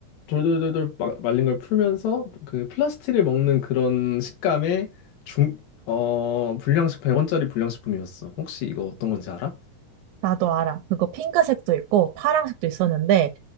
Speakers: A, on the left; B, on the right.
A: 돌돌돌돌 마- 말린 걸 풀면서 그 플라스틱을 먹는 그런 식감의 중, 어, 불량식 100원짜리 불량식품이었어. 혹시 이거 어떤 건지 알아?
B: 나도 알아. 그거 핑크색도 있고 파랑색도 있었는데